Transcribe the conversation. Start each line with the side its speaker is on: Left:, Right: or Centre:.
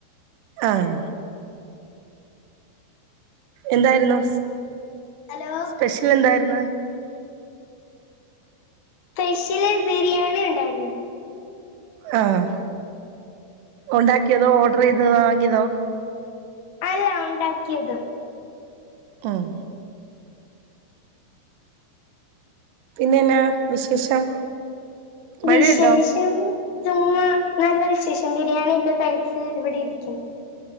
Right: ആഹ എന്തായിരുന്നു
Left: ഹലോ
Right: സ്പെഷ്യൽ എന്തായിരുന്നു
Left: സ്പെഷ്യല് ബിരിയാണി ഉണ്ടായിരുന്നു
Right: ആഹ് ഉണ്ടാക്കിയതോ ഓർഡർ ചെയ്തോ വാങ്ങിതോ
Left: അല്ല ഉണ്ടാക്കിയത്
Right: ഉം പിന്നെന്നാ വിശേഷം മഴയുണ്ടോ
Left: വിശേഷം ചുമ്മാ നല്ല വിശേഷം ബിരിയാണി ഒക്കെ കഴിച്ച് ഇവിടെ ഇരിക്കുന്നു